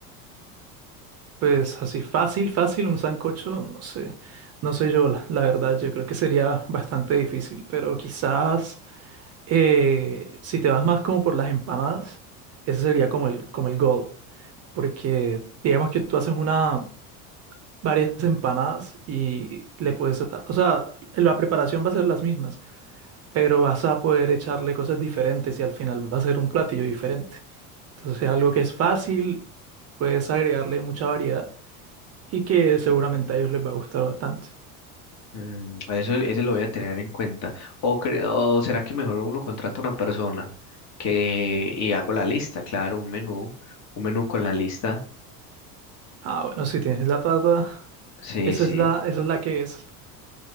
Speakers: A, on the right; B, on the left.
A: Pues así fácil, fácil, un sancocho, no sé, no sé yo, la, la verdad, yo creo que sería bastante difícil, pero quizás. Eh, si te vas más como por las empanadas, ese sería como el, como el goal, porque digamos que tú haces una, varias empanadas y le puedes, o sea, la preparación va a ser las mismas, pero vas a poder echarle cosas diferentes y al final va a ser un platillo diferente. Entonces es algo que es fácil, puedes agregarle mucha variedad y que seguramente a ellos les va a gustar bastante.
B: Mm, eso, ese lo voy a tener en cuenta. O, cre- o será que mejor uno contrata a una persona que y hago la lista, claro, un menú, un menú con la lista.
A: Ah, bueno, si tienes la plata,
B: Sí,
A: esa
B: sí,
A: es la, esa es la que es.